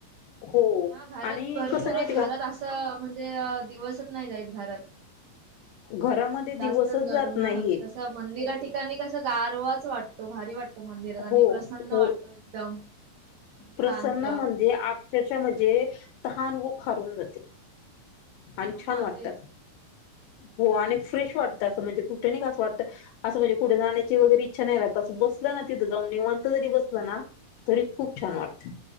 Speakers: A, on the left; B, on the right.
A: हो
B: हा घरात
A: आणि
B: भरपूरच
A: कसं माहिती
B: घरात
A: का
B: असं म्हणजे दिवसच नाही जायत घरात
A: घरामध्ये
B: मग
A: दिवसच
B: जास्तच
A: जात
B: गरम
A: नाहीये.
B: न होते त मंदिरा ठिकाणी कस गारवाच वाटतो भारी वाटतो मंदिरात
A: हो
B: आणि प्रसन्न
A: हो
B: वाटतो एकदम मन
A: प्रसन्न
B: शांत.
A: म्ह अक्षश म्हणजे तहान व खारून जाते
B: हा
A: आणि
B: ना
A: छान वाटतात
B: तेच छान
A: हो आणि
B: मंदिरा
A: फ्रेश वाटत
B: ठिकाणी
A: असं म्हणजे कुठे नाही कां वाटत असं म्हणजे कुढे जाण्याचीगैरे इच्छा नाही राहत असं बसलं ना तिथं जाऊन निवंत जरी बसलं ना तरी खूप छान वाटत